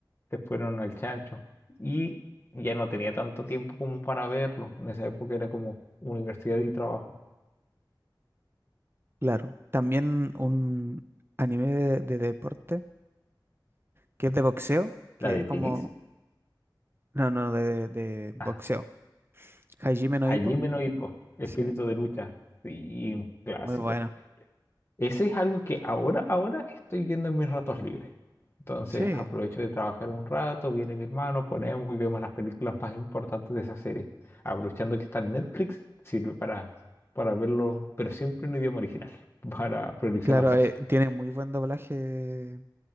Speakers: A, on the left (about 30°); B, on the right (about 30°).
A: se fueron al chancho. Y ya no tenía tanto tiempo como para verlo. En esa época era como universidad y trabajo.
B: claro. También un anime de, de deporte, que es de boxeo, que
A: ¿La de
B: es como...
A: tenis?
B: No, no, de, de, de boxeo.
A: Ah,
B: Hajime no
A: Hajime
B: Ippo.
A: no Ippo, Espíritu
B: Sí,
A: de lucha. Sí, un clásico.
B: muy bueno.
A: Ese es algo que ahora, ahora estoy viendo en mis ratos libres. Entonces
B: Sí,
A: aprovecho de trabajar un rato, viene mi hermano, ponemos y vemos las películas más importantes de esa serie. Aprovechando que está en Netflix, sirve para, para verlo, pero siempre en idioma original, <laughs> para priorizar
B: claro,
A: las voces.
B: eh, tiene muy buen doblaje eh,